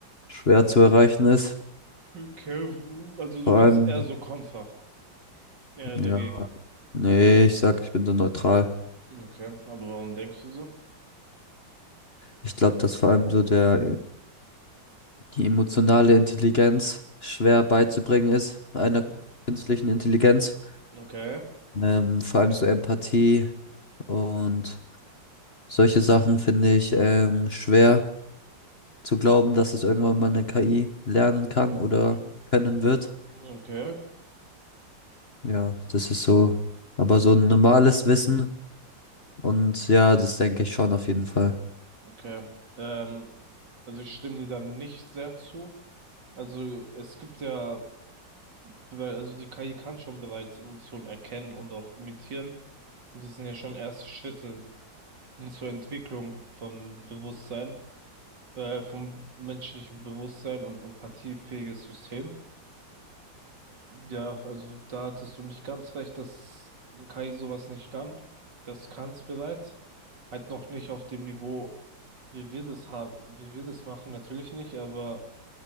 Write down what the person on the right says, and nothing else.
Okay, w- also du
bist
eher so Kämpfer. Ja,
dagegen.
Okay, aber warum denkst du so?
Mhm.
Okay.
Mhm.
Okay.
Okay. Ähm, also ich stimme dir da nicht sehr zu. Also es gibt ja, weil- also die KI kann schon bereits Emotionen erkennen und auch imitieren. Und das sind ja schon erste Schritte hin zur Entwicklung von Bewusstsein, äh, vom menschlichen Bewusstsein und empathiefähiges System. Ja, also da hattest du nicht ganz recht, dass KI sowas nicht kann. Das kann es bereits. Halt noch nicht auf dem Niveau, wie wir das haben, wie wir das machen, natürlich nicht, aber